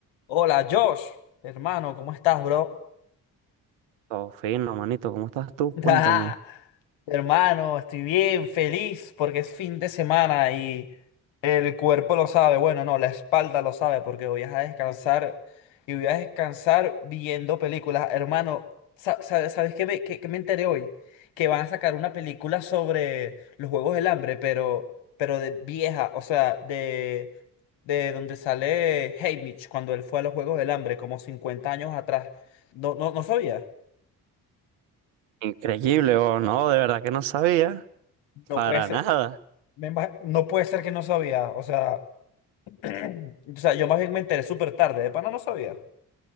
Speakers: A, on the left; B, on the right.
A: Hola, Josh, hermano, ¿cómo estás, bro?
B: Todo fino, manito. ¿Cómo estás tú?
A: <laughs>
B: Cuéntame.
A: Ajá. Hermano, estoy bien, feliz porque es fin de semana y el cuerpo lo sabe, bueno, no, la espalda lo sabe porque voy a descansar y voy a descansar viendo películas. Hermano, sa- sabe- ¿sabes qué me, qué- qué me enteré hoy? Que van a sacar una película sobre los Juegos del Hambre, pero, pero de vieja, o sea, de, de donde sale Haymitch cuando él fue a los Juegos del Hambre, como 50 años atrás. No, no, no sabía.
B: Increíble, oh, no, de verdad que no sabía.
A: No
B: Para
A: puede ser.
B: nada.
A: Me imag- No puede ser que no sabía, o sea, <clears throat> o sea, yo más bien me enteré súper tarde, de pana no sabía.